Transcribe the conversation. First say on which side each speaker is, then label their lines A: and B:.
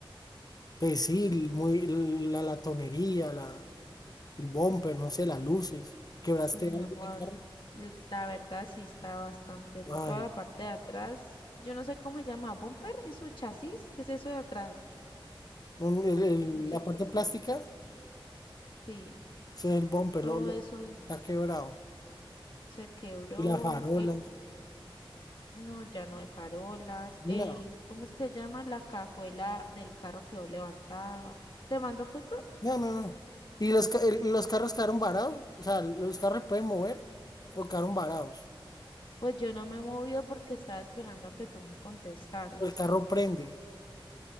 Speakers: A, on the left; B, on the left.
A: Pues sí, el- muy, la latonería, la, el bumper, no sé, las luces. ¿Quebraste
B: pues mi
A: algo
B: amor,
A: de carro?
B: l- la verdad sí está bastante, l-
A: Ay.
B: toda la parte de atrás, yo no sé cómo se llama, bumper, eso, chasis, ¿qué es eso de atrás?
A: Un- el- el-
B: No sé,
A: la
B: co-
A: parte plástica, o
B: sí,
A: sea, el bumper
B: todo
A: lo, lo-
B: eso
A: está quebrado.
B: se quebró,
A: Y las farolas.
B: el No, ya no hay farolas. El,
A: No,
B: ¿cómo es que llama? La cajuela del carro quedó levantada. ¿Te mando foto?
A: no, no, no. Y los, ca- el- los carros quedaron varados. O sea, los carros pueden mover o quedaron varados.
B: Pues yo no me he movido porque estaba esperando a que tú me contestaras.
A: El carro prende.